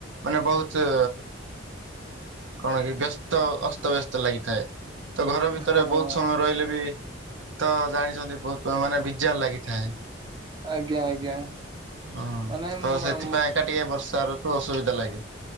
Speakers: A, on the right; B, on the right.
A: ମାନେ ବହୁଚ୍ ଉ କଣ କି ବ୍ୟସ୍ତ ଅସ୍ତବ୍ୟସ୍ତ ଲାଗିଥାଏ, ତ ଘର ଭିତରେ
B: ହଁ
A: ବହୁତ ଲେ ବି ତ ଜାଣିଛନ୍ତି ବହୁତ ମାନେ ବିଜାର ଲାଗିଥାଏ।
B: ଆଜ୍ଞା ଆଜ୍ଞା
A: ହଁ,
B: ମାନେ
A: ତ
B: ମ
A: ସେଥିପାଇଁକା
B: ମ-
A: ଟିକେ ବର୍ଷା ଋତୁ ଅସୁବିଧା ଲାଗେ।